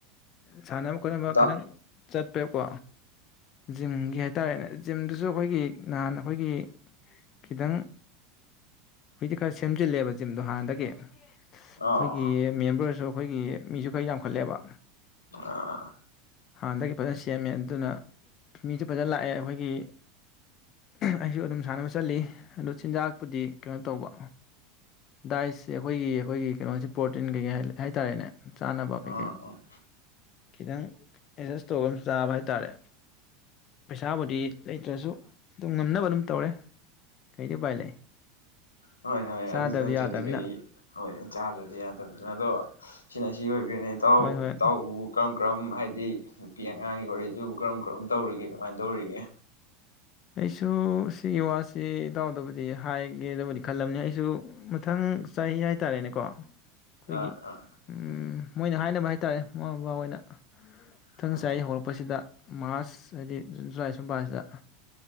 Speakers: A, on the left; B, on the left.
A: ꯁꯥꯟꯅꯕ ꯈꯣꯠꯅꯕ
B: ꯏꯇꯥꯎ
A: ꯈꯤꯇꯪ ꯆꯠꯄꯦꯀꯣ ꯖꯤꯝꯒꯤ ꯍꯥꯏꯇꯥꯔꯦꯅꯦ ꯖꯤꯝꯗꯨꯁꯨ ꯑꯩꯈꯣꯏꯒꯤ ꯅꯍꯥꯟ ꯑꯩꯈꯣꯏꯒꯤ ꯈꯤꯇꯪ ꯍꯨꯏꯗꯤ ꯈꯔ ꯁꯦꯝꯖꯤꯜꯂꯦꯕ ꯖꯤꯝꯗꯣ ꯍꯥꯟꯅꯗꯒꯤ ꯑꯩꯈꯣꯏꯒꯤ
B: ꯑꯥ
A: ꯃꯦꯝꯕꯔ ꯑꯣꯏꯔꯁꯨ ꯑꯩꯈꯣꯏꯒꯤ ꯃꯤꯁꯨ ꯈꯔ ꯌꯥꯝꯈꯠꯂꯦꯕ
B: ꯑꯥ
A: ꯍꯥꯟꯅꯗꯒꯤ ꯐꯖꯅ ꯁꯦꯝꯃꯦ ꯑꯗꯨꯅ ꯃꯤꯁꯨ ꯐꯖꯅ ꯂꯥꯛꯑꯦ ꯑꯩꯈꯣꯏꯒꯤ ꯑꯩꯁꯨ ꯑꯗꯨꯝ ꯁꯥꯟꯅꯕ ꯆꯠꯂꯤ ꯑꯗꯨ ꯆꯤꯟꯖꯥꯛꯄꯨꯗꯤ ꯀꯩꯅꯣ ꯇꯧꯕ ꯗꯥꯏꯁꯁꯦ ꯑꯩꯈꯣꯏꯒꯤ ꯑꯩꯈꯣꯏꯒꯤ ꯀꯩꯅꯣꯁꯤ ꯄ꯭ꯔꯣꯇꯤꯟ ꯀꯩꯀꯩ ꯍꯥꯏꯇꯥꯔꯦꯅꯦ ꯆꯥꯅꯕ ꯀꯩꯈꯩ
B: ꯑꯥ ꯑꯥ
A: ꯈꯤꯇꯪ ꯑꯦꯖꯁ ꯇꯧꯕ ꯑꯃ ꯆꯥꯕ ꯍꯥꯏꯇꯥꯔꯦ ꯄꯩꯁꯥ ꯑꯃꯗꯤꯗꯤ ꯂꯩꯇ꯭ꯔꯁꯨ ꯑꯗꯨꯝ ꯉꯝꯅꯕ ꯑꯗꯨꯝ ꯇꯧꯔꯦ ꯀꯩꯗꯤ ꯎꯄꯥꯏ ꯂꯩ
B: ꯍꯣꯏ ꯍꯣꯏ
A: ꯆꯥꯗꯕꯗꯤ
B: ꯑꯗꯨ ꯅꯠꯇ꯭ꯔꯗꯤ
A: ꯌꯥꯗꯕꯅꯤꯅ
B: ꯀꯔꯤ ꯍꯣꯏ ꯆꯥꯗ꯭ꯔꯗꯤ ꯌꯥꯗꯕꯅꯤꯅ ꯑꯗꯣ ꯁꯤꯅ ꯁꯤ ꯑꯣꯏ ꯏꯇꯥꯎ
A: ꯍꯣꯏ ꯍꯣꯏ
B: ꯏꯇꯥꯎ ꯀꯔꯝ ꯀꯔꯝ ꯍꯥꯏ ꯍꯥꯏꯗꯤ ꯅꯨꯄꯤ ꯑꯉꯥꯡꯒꯤ ꯋꯥꯔꯤꯗꯨ ꯀꯔꯝ ꯀꯔꯝ ꯇꯧꯔꯤꯒꯦ ꯀꯃꯥꯏꯅ ꯇꯧꯔꯤꯒꯦ
A: ꯑꯩꯁꯨ ꯁꯤꯒꯤ ꯋꯥꯁꯤ ꯏꯇꯎꯗꯕꯨꯗꯤ ꯍꯥꯏꯒꯦꯗꯕꯨꯗꯤ ꯈꯜꯂꯝꯕꯅꯤ ꯑꯩꯁꯨ ꯃꯊꯪ ꯆꯍꯤ ꯍꯥꯏꯇꯥꯔꯦꯅꯦꯀꯣ ꯑꯈꯣꯏꯒꯤ
B: ꯑꯥ ꯑꯥ
A: ꯎꯝ ꯃꯣꯏꯅ ꯍꯥꯏꯅꯕ ꯍꯥꯏꯇꯥꯔꯦ ꯃꯃꯥ ꯃꯄꯥ ꯍꯣꯏꯅ ꯃꯊꯪ
B: ꯎꯝ
A: ꯆꯍꯤ ꯍꯧꯔꯛꯄꯁꯤꯗ ꯃꯥꯔꯁ ꯍꯥꯏꯗꯤ ꯖꯨꯟ ꯖꯨꯂꯥꯏ ꯁꯨꯝꯀꯥꯟꯁꯤꯗ